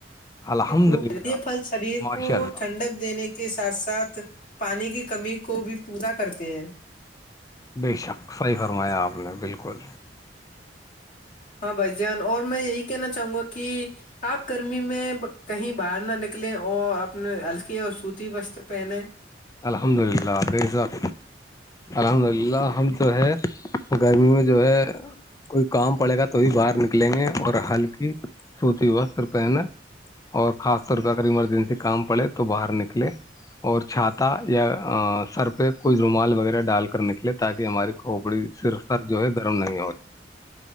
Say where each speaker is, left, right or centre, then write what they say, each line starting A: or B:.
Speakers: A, on the left; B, on the left.
A: الحمد
B: خوب
A: للہ
B: یہ پھل شریر
A: ماشاء
B: کو
A: اللہ
B: ٹھنڈک دینے کے کے ساتھ ساتھ پانی کی کمی کو بھی پورا کرتے ہیں
A: بے شک صحیح فرمایا آپ نے بالکل
B: ہاں بھ جان اور میں یہی کہنا چاہوں گا کہ آپ گرمی میں کہیں باہر نہ نکلیں اور اپنے ہلکی اور سوتی وستر پہنیں
A: الحمد للہ بزات الحمد للہ ہم جو ہے گرمی میں جو ہے کوئی کام پڑے گا تو بھی باہر نکلیں گے اور ہلکی سوتی ہوا سر پہ نا اور خاص طور پہ اگر ایمرجنسی کام پڑے تو باہر نکلے اور چھات یا سر پہ کوئی رومال وغیرہ ڈال کر نکلے تاکہ ہماری کھوپڑی صرف خر جو ہوئے گرم نہیں ہوئے